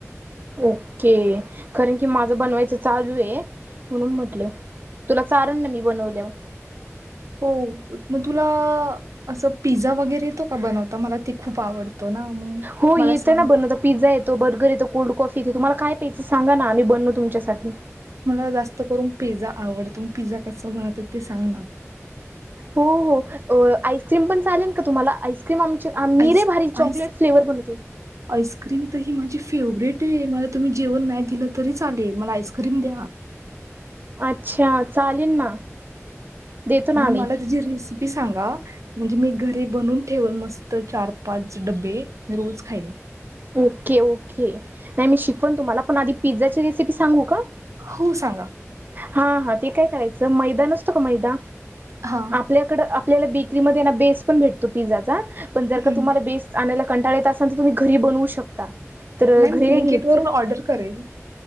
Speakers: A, on the right (about 40°); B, on the right (about 80°).
A: ओके, कारण की माझं बनवायच चालू ये म्हणून म्हटलं. तुला चारण ना मी बनवल्यावर.
B: हो, मग तुला असं पिझ्झा वगैरे येतो का बनवता? मला ते खूप आवडतो ना मग
A: हो
B: मला
A: येतं
B: सांग
A: ना बनवता पिझ्झा येत तो बर्गर येतो, कोल्ड कॉफी येते, तुम्हाला काय प्यायच सांगा ना आम्ही बनवू तुमच्यासाठी.
B: मला जास्त करून पिझ्झा आवडतो. पिझ्झा कसा बनवतात ते सांगा?
A: हो हो आईस्क्रीम पण चालेल का तुम्हाला आईस ते मग आमचे मी
B: आईस
A: लय भारी चॉकलेट
B: आईस
A: फ्लेवर बनवते.
B: आईस्क्रीम तर ही माझी फेवरेट ये, मला तुम्ही जेवण नाही दिलं तरी चालेल मला आईस्क्रीम द्या.
A: अच्छा! चालेल ना. देतो ना आम्ही
B: मला त्याची रेसिपी सांगा. म्हणजे मी घरी बनून ठेवन, मस्त चार -पाच डबे, मी रोज खाईन.
A: ओके, ओके, नाही मी शिकवन तुम्हाला पण आधी पिझ्झाची रेसिपी सांगू का?
B: हो सांगा.
A: हा, हा ते काय करायचं, मैदा नसतो का मैदा.
B: हा.
A: आपल्याकड, आपल्याला बेकरीमध्ये ना बेस पण भेटतो पिझ्झाचा, पण जर का
B: हं.
A: तुम्हाला बेस आणायला कंटाळा येत असेल तर तुम्ही घरी बनवू शकता, तर
B: नाही
A: घरी
B: मी ब्लिंकिट
A: काय घ्यायचं.
B: वरून ऑर्डर करेल.